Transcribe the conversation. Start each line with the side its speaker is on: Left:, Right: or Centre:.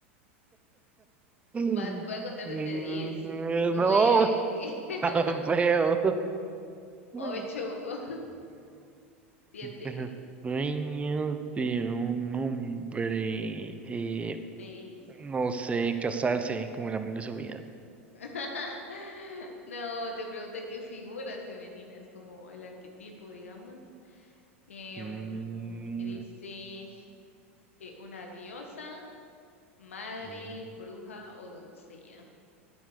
Right: Mm,
Left: Va, voy a contar
Right: Mm,
Left: desde 10 9
Right: no,
Left: <laughs>
Right: <laughs> feo. No.
Left: 8 7
Right: Los sueños de un hombre. eh,
Left: 6
Right: no sé, casarse como el amor de su vida.
Left: <laughs> No, te pregunta qué figuras femeninas, como el arquetipo, digamos. Eh,
Right: Mm,
Left: mm, y dice eh, una diosa, madre,
Right: mm.
Left: bruja o doncella.